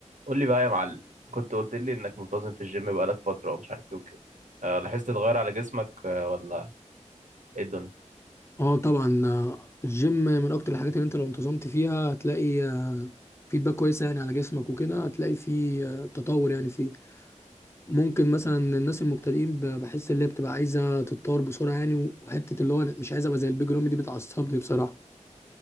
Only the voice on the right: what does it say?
قول لي بقى يا معلم كنت قلت لي انك منتظم في الجيم بقالك فترة ومش عارف ايه وكده أه لاحظت تغير على جسمك أه ولا ايه الدنيا